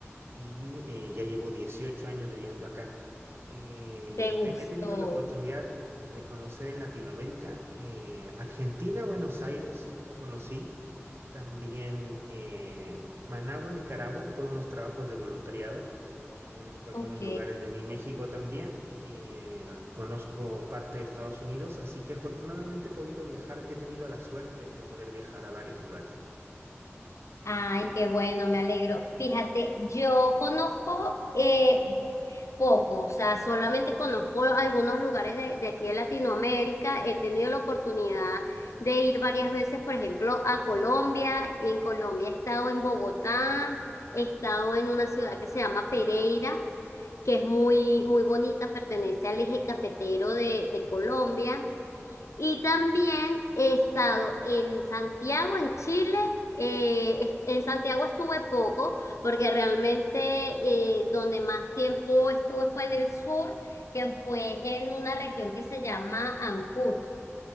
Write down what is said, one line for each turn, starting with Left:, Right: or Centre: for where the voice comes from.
Right: y eh, ya llevo 18 años viviendo acá. Eh,
Left: ¿Te gustó?
Right: te- he tenido la oportunidad de conocer en Latinoamérica, eh, Argentina, Buenos Aires, lo conocí, también eh, Managua, Nicaragua, por unos trabajos de voluntariado. Conozco algunos
Left: Ok.
Right: lugares de mi México también, eh, conozco parte de Estados Unidos, así que afortunadamente he podido viajar, he tenido la suerte de poder viajar a varios lugares.
Left: Ay, qué bueno, me alegro. Fíjate, yo conozco eh, poco, o sea, solamente conozco algunos lugares de, de aquí de Latinoamérica. He tenido la oportunidad de ir varias veces, por ejemplo, a Colombia. En Colombia he estado en Bogotá, he estado en una ciudad que se llama Pereira, que es muy, muy bonita, pertenece al eje cafetero de, de Colombia. Y también he estado en Santiago, en Chile. eh, est- en Santiago estuve poco porque realmente eh, donde más tiempo estuve fue en el sur, que fue en una región que se llama Ancud.